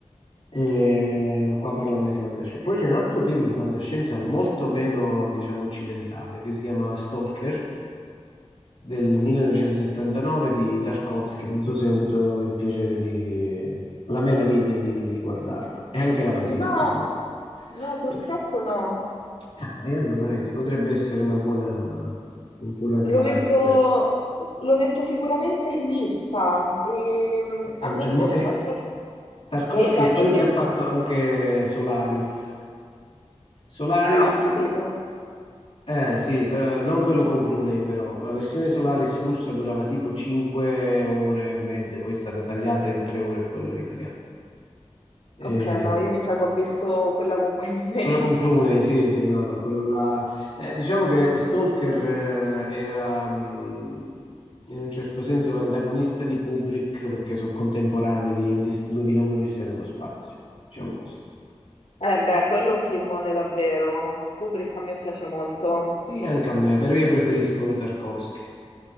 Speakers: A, on the left; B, on the left.
A: E qua parlando di fantascienza. Poi c'è un altro film di fantascienza molto meno, diciamo, occidentale, che si chiama Stalker del 1979 di Tarkovsky. Non so se hai avuto il piacere di... la meraviglia di, di guardarlo e anche la pazienza.
B: No,
A: forse.
B: no,
A: Eh,
B: purtroppo no.
A: Ah, e allora, vedi, potrebbe essere una buona, un buon advice.
B: Lo metto,
A: per-
B: lo metto sicuramente in lista. E, mm,
A: è-
B: a me
A: è
B: invece
A: mo- è-
B: un altro...
A: Tarkovsky
B: Sì, vai,
A: è quello
B: dimmi.
A: che ha fatto anche Solaris. Solaris
B: Ah, ho capito.
A: Eh sì, però- non quello con Clooney però, la versione Solaris russa durava tipo 5 ore e mezza, poi è stata tagliata in 3 ore quello italiano. Eh,
B: Ok, no, io mi sa che ho visto quella con Clooney.
A: quello con Clooney,
B: <laughs>
A: sì, sì, no, no, quello là. eh, diciamo che Stalker eh, era mh, in un certo senso l'antagonista di Kubrick perché sono contemporanei di Odis- 2001 Odissea nello spazio, diciamo così.
B: Eh beh, quello è un filmone davvero. Kubrick a me piace molto.
A: E anche a me, però io preferisco Tarkovsky.